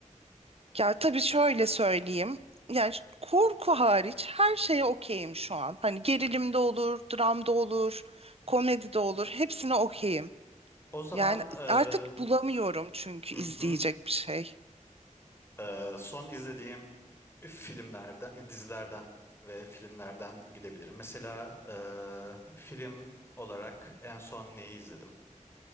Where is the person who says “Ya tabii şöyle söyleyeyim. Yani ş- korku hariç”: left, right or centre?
Right